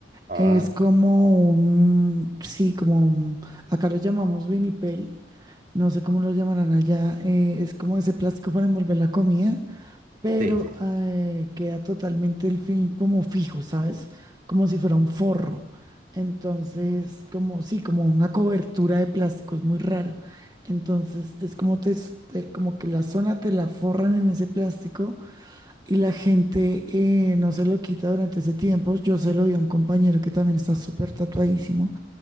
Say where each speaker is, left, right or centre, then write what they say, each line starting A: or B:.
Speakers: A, on the right; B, on the right.
A: Ah,
B: Es como un, sí, como un- acá lo llamamos vinipel. No sé cómo lo llamarán allá. eh, es como ese plástico para envolver la comida pero
A: sí, sí.
B: eh, queda totalmente el film como fijo, ¿sabes? Como si fuera un forro. Entonces, como sí, como una cobertura de plástico, es muy raro. Entonces, es como te, s- te- como que la zona te la forran en ese plástico y la gente eh, no se lo quita durante ese tiempo. Yo se lo vi a un compañero que también está súper tatuadísimo